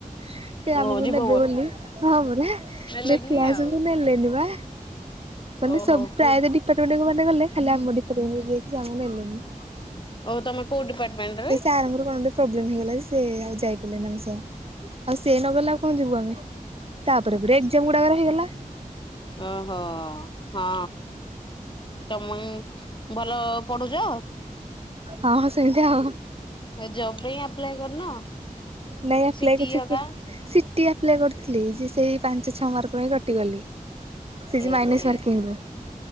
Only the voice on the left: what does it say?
ଓ
ଯିବ
ନେଲେନି
ଆଉ।
ଓହୋ
କୁ
ଓଉ ତମେ କୋଉ ଡିପାର୍ମେଣ୍ଟ?
ଓହୋ ହଁ, ତ ମ ଭଲ ପଢୁଚ?
ଜବ୍ ପାଇଁ ଆପ୍ଲାଏ କରିନ?
ସିଟି
ହକା?
ଏହେ